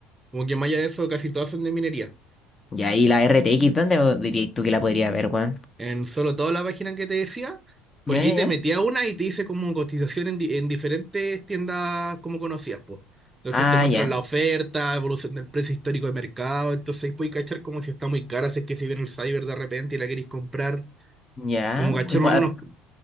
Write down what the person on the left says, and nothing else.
ya Y ahí la RTX, ¿dónde dirías tú que la podría ver, Juan
Ya, ya,
ya.
Ah,
ya,
ya.
Uy,
gua-